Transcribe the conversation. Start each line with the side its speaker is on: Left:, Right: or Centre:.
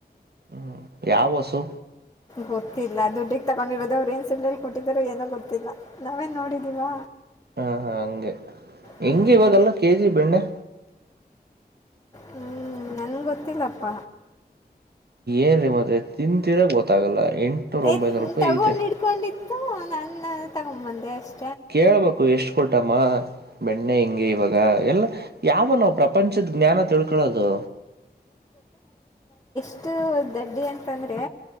Right: ಹ್ಮ್ ಯಾವಸು.
Left: ಗೊತ್ತಿಲ್ಲ ದುಡ್ಡಿಿಗೆ ತಗೊಂಡಿರೋದ ಅವ್ರು ಏನ್ ಸುಳ್ಳಲ್ಲಿ ಕೊಟ್ಟಿದಾರೋ ಏನೋ ಗೊತ್ತಿಲ್ಲ ನಾವೇನ್ ನೋಡಿದೀವಾ.
Right: ಹಾ ಹಾ ಹಂಗೆ
Left: ಹ್ಞೂ
Right: ಹೆಂಗೆ ಇವಾಗಲ್ಲ ಕೆಜಿ ಬೆಣ್ಣೆ.
Left: ಹ್ಮ್ ನನ್ ಗೊತ್ತ. ತಿಲಪ್ಪ.
Right: ಏನ್ೀ ಮತ್ತೆ ತಿನ್ಂತರಾಗ ಗೊತ್ತಾಗಲ್ಲ. ಎಂಟ್ನೂರು ಒಂಬೈನೂರು
Left: ತ್
Right: ರೂಪಾಯಿ
Left: ತಗೊಂಡ್
Right: ಐತೆ
Left: ಇಡ್ಕೊಂಡಿ. ಇದು ನಾನ ತಗೊಂಬಂದೆ ಅಷ್ಟೆ.
Right: ಕೇಳ್ಬೇಕು ಎಷ್ಟು ಕೊಟ್ಟಮ್ಮ. ಬೆಣ್ಣೆ ಹೆಿಂಗೆ ಇವಾಗ ಎಲ್ಲ. ಯಾವ ನಾವು ಪ್ರಪಂಚದ ಜ್ಞಾನ ತಿಳ್ಕೊಳ್ಳೋದು.
Left: ಇಷ್ಟು ದಡ್ಡಿ ಅಂತಂದ್ರೆ.